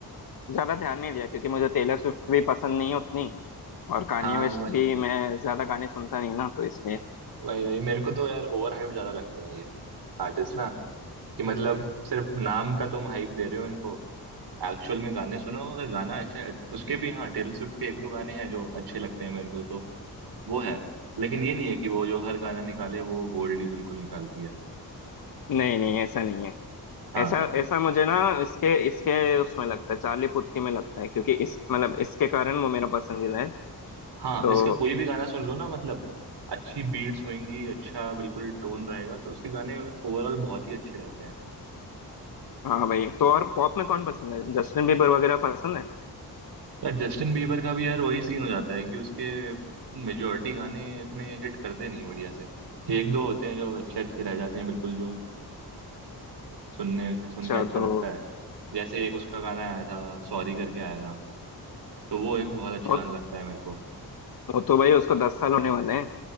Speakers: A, on the left (about 60°); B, on the right (about 80°).
A: ज्यादा ध्यान नहीं दिया क्योंकि मुझे टेलर स्विफ्ट भी पसंद नहीं है उतनी और कान्ये
B: हाँ
A: वेस्ट
B: वही
A: भी मैं ज्यादा गाने सुनता नहीं ना तो इसलिए
B: वही वही मेरे को तो यार ओवर हाइप ज्यादा लगते हैं ये आर्टिस्ट ना कि मतलब सिर्फ नाम का तुम हाइप दे रहे हो इनको एक्चुअल में गाने सुनो अगर गाना अच्छा है उसके भी हाँ टेलर स्विफ्ट के एक दो गाने हैं जो अच्छे लगते हैं मेरे को तो वो है लेकिन ये नहीं है कि वो जो हर गाना निकाले वो गोल्ड ही बिल्कुल निकालती है
A: नहीं नहीं ऐसा नहीं है
B: हाँ
A: ऐसा ऐसा मुझे ना इसके इसके उसमें लगता है चार्ली पुथी में लगता है क्योंकि इस मतलब इसके कारण वो मेरा पसंदीदा है
B: हाँ
A: तो
B: इसका कोई भी गाना सुन लो ना मतलब अच्छी बीट्स होंगी अच्छा बिल्कुल टोन रहेगा तो उसके गाने ओवरऑल बहुत ही अच्छे रहते हैं
A: हाँ भाई तो और पॉप में कौन पसंद है जस्टिन बीबर वगैरह पसंद है
B: यार जस्टिन बीबर का भी यार वही सीन हो जाता है कि उसके मेजोरिटी गाने इतने हिट करते नहीं बढ़िया से एक दो होते हैं जो अच्छे अच्छे रह जाते हैं बिल्कुल जो सुनने सुन
A: अच्छा
B: के अच्छा
A: तो
B: लगता है जैसे एक उसका गाना आया था सॉरी करके आया था तो वो एक बहुत अच्छा
A: वो,
B: गाना लगता है मेरे को
A: वो तो भाई उसको दस साल होने वाले हैं